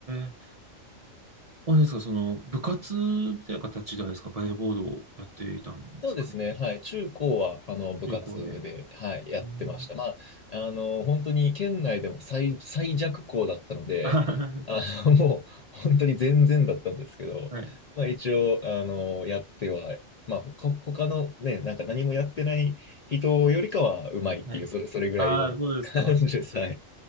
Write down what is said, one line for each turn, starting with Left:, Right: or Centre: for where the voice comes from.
Right: え。あれですか、その、部活みたいな形であれですか、バレーボールをやっていたんですかね。
Left: そうですね。はい。中高は、あの、部活で、
Right: 中高で。
Left: はい、やってました。
Right: うん。<laughs>
Left: まあ、あの、本当に県内でも最、最弱校だったので、
Right: あはは
Left: あの、<laughs> もう、本当に全然だったんですけど、
Right: はい。
Left: まあ、一応、あの、やっては、まあ、ほか他のね、なんか何もやってない人よりかはうまいっていう、
Right: はい。
Left: それ、それぐらいの感じです。
Right: ああ、そうですか。
Left: はい